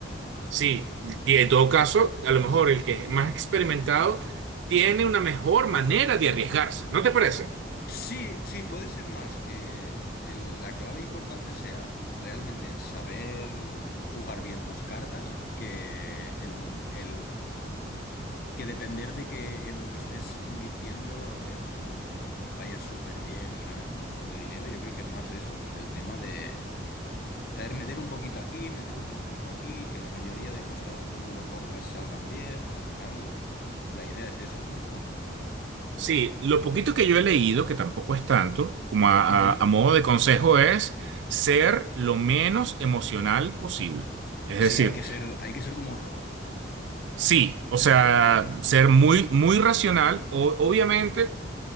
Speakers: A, on the right; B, on the left.
A: Sí, y en todo caso, a lo mejor el que es más experimentado tiene una mejor manera de arriesgarse, ¿no te parece?
B: Sí, sí, puede ser más que el- la clave importante sea realmente saber jugar bien tus cartas, que el, el- que depender de que en lo que estés invirtiendo em, vaya súper bien y ganes un montón de dinero. Yo creo que es más eso, el tema de Saber meter un poquito aquí, meter un poquito aquí, que la mayoría de cosas donde lo pongas salgan bien. Al final, la idea es esa, ¿no? Un poco.
A: Sí, lo poquito que yo he leído, que tampoco es tanto, como a,
B: Ujú.
A: a- a modo de consejo, es ser lo menos emocional posible. Es
B: Sí,
A: decir,
B: hay que ser, hay que ser como un robot,
A: sí, o sea,
B: casi casi.
A: ser muy, muy racional, o- obviamente.